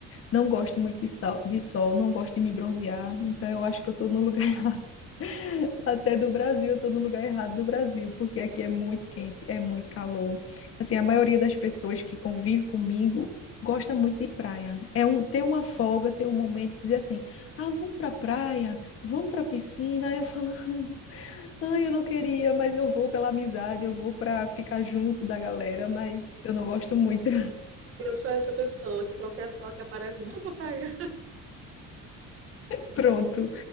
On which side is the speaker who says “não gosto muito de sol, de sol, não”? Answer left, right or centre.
Left